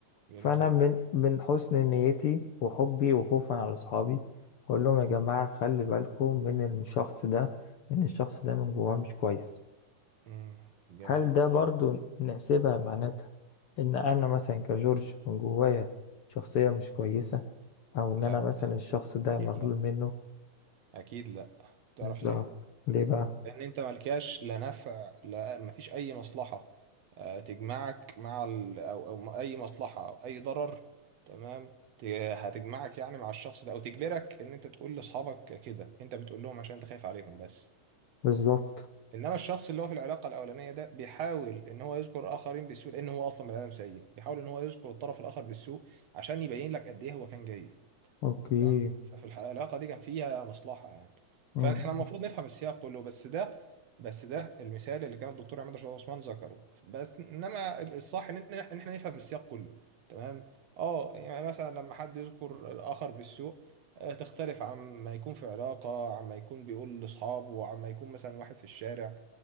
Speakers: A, on the right; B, on the left.
A: جميل
B: فأنا
A: جدا
B: من من حسن نيتي وحبي وخوفا على أصحابي أقول لهم يا جماعة خلي بالكم من الشخص ده إن الشخص ده من جواه مش كويس
A: امم جميل
B: هل ده برضو
A: جدا
B: نحسبها معناتها إن أنا مثلا كجورج من جوايا شخصية مش كويسة او ان
A: لا
B: انا مثلا الشخص ده
A: اكيد
B: مغلول
A: لا
B: منه
A: اكيد لا تعرف
B: الظهر
A: ليه
B: ليه بقى
A: لان انت ملكاش لا نفع لا مفيش اي مصلحه آه، تجمعك مع ال... او او م- اي مصلحه او اي ضرر تمام ت- هتجمعك يعني مع الشخص ده او تجبرك ان انت تقول لاصحابك كده انت بتقول لهم عشان انت خايف عليهم بس
B: بالظبط
A: انما الشخص اللي هو في العلاقه الاولانيه ده بيحاول ان هو يذكر اخرين بالسوء لان هو اصلا بني ادم سيء بيحاول ان هو يذكر الطرف الاخر بالسوء عشان يبين لك قد ايه هو كان جيد
B: اوكي
A: تمام ففي الح- العلاقه دي كان فيها مصلحه يعني
B: مم.
A: فاحنا المفروض نفهم السياق كله بس ده بس ده المثال اللي كان الدكتور عماد رشاد عثمان ذكره بس انما الصح ان إن إحنا- إن احنا نفهم السياق كله تمام اه يعني مثلا لما حد يذكر الاخر بالسوء آه، تختلف عما يكون في علاقه عما يكون بيقول لاصحابه عما يكون مثلا واحد في الشارع